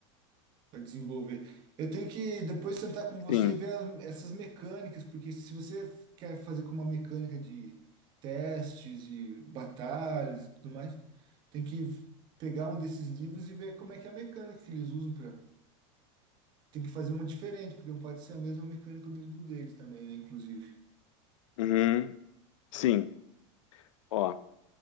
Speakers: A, on the right; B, on the left.
A: para desenvolver. Eu tenho que depois sentar com você
B: Sim.
A: e ver a- essas mecânicas, porque se você f- quer fazer com uma mecânica de testes e batalhas e tudo mais, tem que v- pegar um desses livros e ver como é que é a mecânica que eles usam para. Tem que fazer uma diferente, porque não pode ser a mesma mecânica do livro deles também, né, inclusive.
B: Uhum. Sim. Ó,